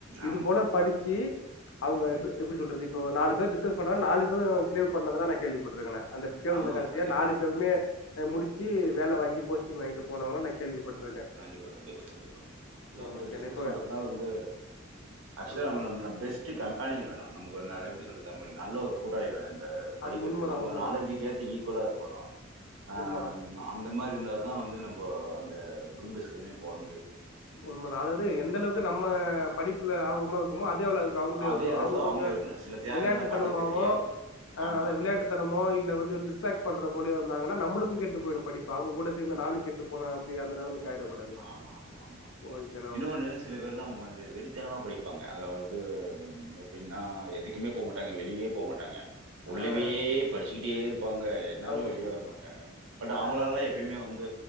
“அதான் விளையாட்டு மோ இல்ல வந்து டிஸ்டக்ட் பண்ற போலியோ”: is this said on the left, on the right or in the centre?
Left